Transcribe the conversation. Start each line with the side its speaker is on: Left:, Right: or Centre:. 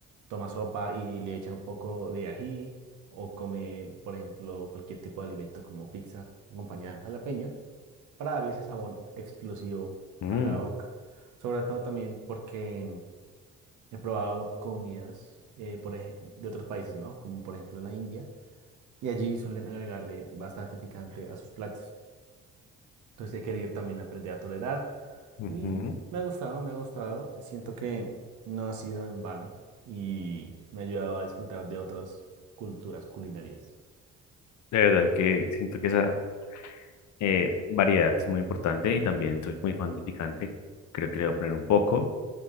Right: toma sopa y le echa un poco de ají o come, por ejemplo, cualquier tipo de alimento como pizza acompañada de jalapeño para darle ese sabor explosivo
Left: Mm,
Right: a la boca. Sobre todo también porque he probado comidas eh, por ej- de otros países, ¿no? Como por ejemplo la India y allí suelen agregarle bastante picante a sus platos. Entonces he querido también aprender a tolerar
Left: ujú.
Right: y me ha gustado, me ha gustado. Siento que no ha sido en vano y me ha ayudado a disfrutar de otras culturas culinarias.
Left: De verdad que siento que esa Eh, variedad es muy importante y también soy muy fan del picante. Creo que le voy a poner un poco,